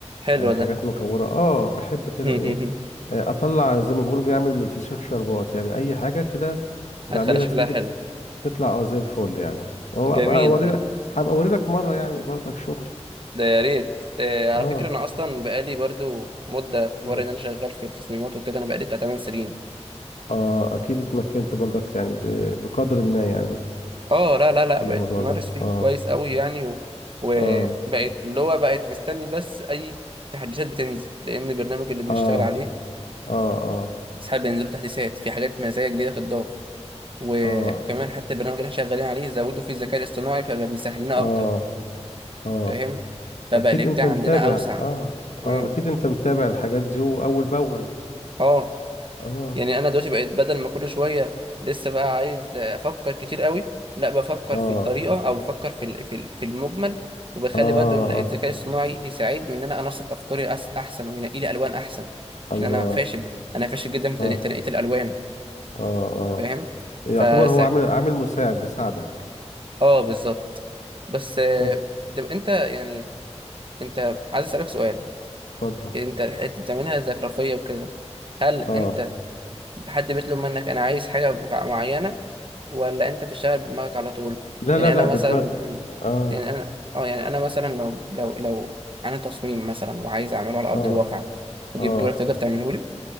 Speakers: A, on the right (about 45°); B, on the left (about 85°).
A: حلو
B: آه حاجات
A: ده
B: مكوره اه بحب كده
A: <laughs>
B: ايه اطلع زي ما بيقولوا بيعمل من الفسيخ شربات يعني اي حاجه كده بعملها
A: هتخلي شكلها
B: في ايدي
A: حلو
B: بت- بتطلع اه زي الفل يعني وهو
A: جميل
B: ابقى اوري
A: ده
B: لك هبقى اوري لك مره يعني برضك شغلي
A: ده يا ريت آه، على
B: اه
A: فكره انا اصلا بقالي برضو مده في حوار
B: مم.
A: ان انا شغال في التصميمات وكده انا بقالي بتاع 8 سنين
B: اه اكيد اتمكنت برضك يعني ب- بقدر ما يعني
A: اه لا لا لا
B: من
A: بقت
B: الموضوع
A: متمرس
B: ده
A: فيه
B: اه
A: كويس قوي يعني و... وبقت
B: اه
A: اللي هو بقت مستني بس اي تحديثات بتنزل لان البرنامج اللي بنشتغل
B: اه
A: عليه
B: اه اه
A: ساعات بينزلوا تحديثات في حاجات مزايا جديده بتضاف و...
B: اه
A: وكمان حتى البرنامج اللي احنا شغالين عليه زودوا فيه الذكاء الاصطناعي فبقى بيسهل لنا
B: اه
A: اكتر
B: اه
A: فاهم فبقى
B: اكيد
A: الابداع
B: انت متابع
A: عندنا اوسع
B: اه
A: امم
B: اه اكيد انت متابع الحاجات دي اول باول
A: اه
B: اه
A: يعني انا دلوقتي بقيت بدل ما كل شويه لسه بقى عايز افكر كتير قوي لا بفكر
B: اه
A: في الطريقه او بفكر في ال- في ال- في المجمل وبخلي
B: اه,
A: برضه ال- الذكاء
B: آه.
A: الصناعي يساعدني ان انا انسق افكاري أس- احسن وينقي لي الوان احسن
B: الله
A: عشان انا فاشل انا فاشل جدا في تنقي-
B: اه
A: تنقيه الالوان
B: اه اه
A: فاهم
B: يعتبر
A: فس...
B: هو عامل عامل مساعد بيساعدك
A: اه بالظبط بس آه،
B: طب
A: طب انت يعني انت عايز اسالك سؤال
B: اتفضل
A: انت الحته بتعملها زخرفيه وكده هل
B: اه
A: انت حد بيطلب منك انا عايز حاجه مع- معينه ولا انت بتشتغل بدماغك على طول
B: لا
A: يعني
B: لا لا
A: انا مثلا
B: بدماغ اه
A: يعني انا اه يعني انا مثلا لو لو لو انا تصميم مثلا وعايز اعمله على ارض
B: اه
A: الواقع وجبته
B: اه
A: لك تقدر تعمله لي